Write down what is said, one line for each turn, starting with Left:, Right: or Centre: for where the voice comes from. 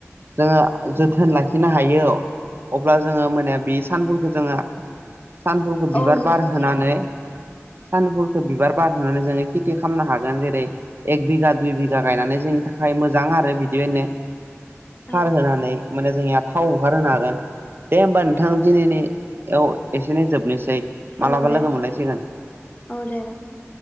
Right: जोंङो जोथोन लाखिनो हायो अब्ला जोंङो माने बे सानफुलखौ जोंङो सानफुलखो बिबार
Left: औ
Right: बार होनानै
Left: <inaudible>
Right: सानफुलखो बिबार बारहोनानै जोंङो खेथि खालामनो हागोन जेरै - एक बिघा, दुइ बिघा गायनानै जोंनि थाखाय मोजां आरो बिदिनो खार
Left: औ
Right: होनानै माने जोंनिया थाव ओंखारहोनो हागोन। दे होमबा नोंथां दिनैनि याव एसेनो जोबनोसै मालाबा
Left: औ दे
Right: लोगो मोनलायसिगोन
Left: औ दे नोंथां